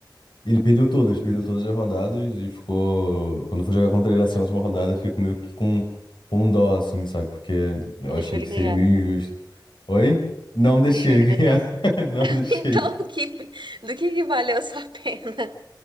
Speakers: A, on the left; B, on the right.
A: ele perdeu todas, perdeu todas as rodadas e ficou. Quando foi jogar contra ele assim, na última rodada, eu fiquei com- meio que com, com um dó, assim, sabe? Porque eu
B: E
A: achei
B: deixou ele
A: que
B: ganhar.
A: seria meio injusto. Oi? Não deixei
B: Deixou
A: ele
B: ele ganhar.
A: ganhar. <laughs> Não deixei.
B: <laughs> Então, que, do que que valeu a sua pena?